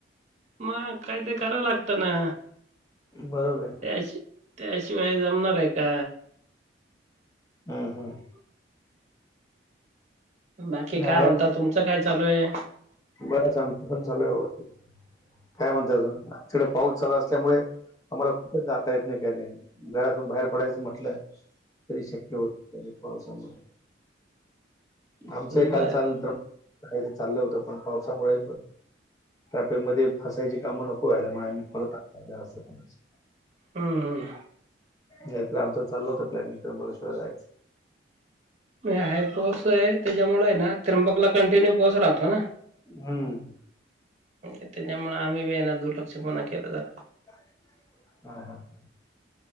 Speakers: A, on the right; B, on the left.
A: मगकाय ते करावं लागत ना.
B: बरोबर
A: त्याशी त्याशिवाय जमणार आहे का?
B: हम हम
A: बाकी
B: नाही
A: काय म्हणताात तुमचं काय चालू आहे.
B: बरंच आमचा पण चालू हाय बघा की, काय म्हणता अजून? आमच्याकडे पाऊस चालू अस त्यामुळे आम्हाला कुठंच जाता येत नाही काही नाही. घरातून बाहेर पडायचं म्हटलं तरी शक्य होत नाही पावसामुळे. आमचं हे काल
A: बर
B: चाललं होतं, करायचं चाललं होतं. पण पावसामुळे ट्रॅफिक मध्ये फसायची कामं नको व्हायला म्हणून आम्ही परत अर्ध्या रस्त्यातूनच.
A: हम्म.
B: नाहीतर आमचं चाललं होतं प्लॅनिंग त्रंबकेश्वरला जायचं.
A: नाय हाय पाऊस आहे, त्याच्यामुळे हाय ना त्र्यंबकला कंटिन्यू पाऊस राहतो ना.
B: हम्म.
A: त्याच्यामुळे आम्हीबी याला दुर्लक्षपणा केलं जरा.
B: <unintelligible>